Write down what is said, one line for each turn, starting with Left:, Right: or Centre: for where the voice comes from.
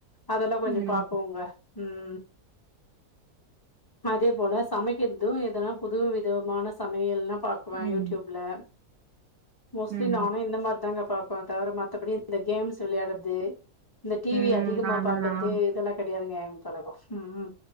Left: அதெல்லா
Right: ம்
Left: கொஞ்சோ பாப்போங்க ம் அதே போல சமைக்கிறது எதன்னா புது விதமான சமையல்னா வா
Right: ம்
Left: யூடியூப்ல மோஸ்ட்லி
Right: ம்
Left: நானு இந்த மாதிரி தாங்க பார்ப்பே தவிர மத்தபடி இந்த கேம்ஸ் விளையாடுறது இந்த டிவி
Right: ம்
Left: அதிகமா
Right: அதெல்லா ம் அதெல்லாம்
Left: பாக்குறது இதெல்லா கிடையாதுங்க தலகோ ம் ம்